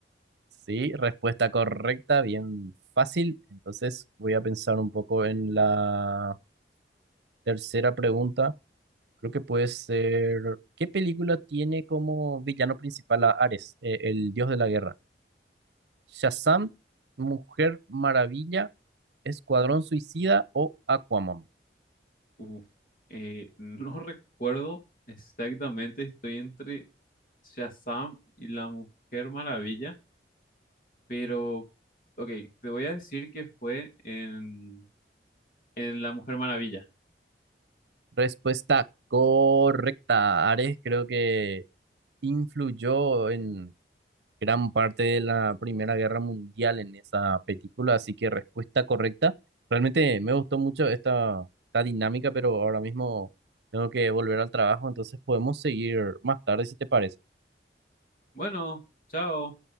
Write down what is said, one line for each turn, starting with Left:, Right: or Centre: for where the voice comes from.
Right: Sí, respuesta correcta, bien fácil. Entonces voy a pensar un poco en la tercera pregunta. Creo que puede ser. ¿Qué película tiene como villano principal a Ares, eh, el dios de la guerra? ¿Shazam, Mujer Maravilla, Escuadrón Suicida o Aquaman?
Left: Uh, eh, no <laughs> recuerdo exactamente, estoy entre Shazam y la Mujer Maravilla, pero, ok, te voy a decir que fue en, en la Mujer Maravilla.
Right: Respuesta correcta. Ares creo que influyó en gran parte de la Primera Guerra Mundial en esa película, así que respuesta correcta. Realmente me gustó mucho esta, esta dinámica, pero ahora mismo tengo que volver al trabajo, entonces podemos seguir más tarde si te parece.
Left: Bueno, chao.